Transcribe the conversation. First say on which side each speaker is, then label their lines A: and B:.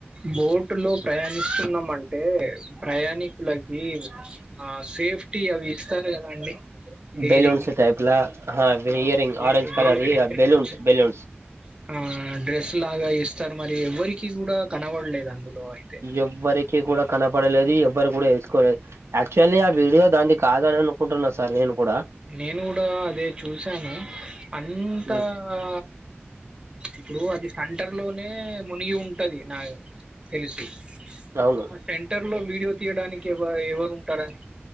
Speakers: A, on the right; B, on the right.
A: బోటు లో ప్రయాణిస్తున్నాం అంటే ప్రయాణికుల కి ఆ సేఫ్టీ అవి ఇస్తారు కదా అండి హేరి
B: బెలూన్స్ టైప్లా
A: ఆ
B: ఇయరింగ్
A: హే
B: ఆరెంజ్
A: హేర్
B: కలర్ ఇ
A: హెయిర్
B: బెలూన్స్
A: డెడక్షన్
B: బెలూన్స్
A: ఆ డ్రెస్ లాగా ఇస్తారు మరి ఎవ్వరికి కూడా కనవడలేదు అందులో అయితే
B: ఎవ్వరికీ కూడా కనపడలేదు ఎవ్వరు కూడా వేసుకోలేదు యాక్చువల్లీ ఆ వీడియో దానిది కాదని అనుకుంటున్నా సార్ నేను కూడా
A: నేను కూడా అదే చూసాను అంత
B: ఉమ్
A: ఆ ఇప్పుడు అది సెంటర్ లోనే మునిగి ఉంటది నా <unintelligible> తెలిసి
B: అవును
A: ఆ సెంటర్ లో వీడియో తీయడానికి ఎవ ఎవరు ఉంటారని